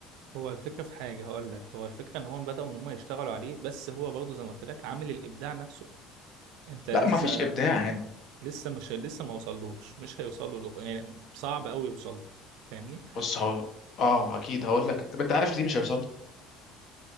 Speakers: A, on the right; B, on the left.
A: هو الفكرة في حاجة هقول لك هو الفكرة ان هم بدأوا ان هم يشتغلوا عليه بس هو برضه زي ما قلت لك عامل الابداع نفسه انت لسه
B: لا ما فيش ابداع هنا
A: لسه مش لسه ما وصلوش مش هيوصل له يعني صعب قوي يوصل له فاهمني
B: بص هو اه اكيد هقول لك طب انت عارف ليه مش هيوصل له؟